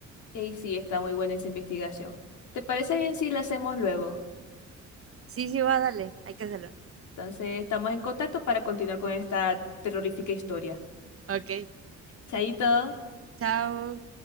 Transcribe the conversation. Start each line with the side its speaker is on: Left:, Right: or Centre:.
Left: Y sí, está muy buena esa investigación. ¿Te parece bien si la hacemos luego?
Right: Sí, sí, va, dale, hay que hacerlo.
Left: Entonces, estamos en contacto para continuar con esta terrorífica historia.
Right: Ok,
Left: Chaito.
Right: Chao.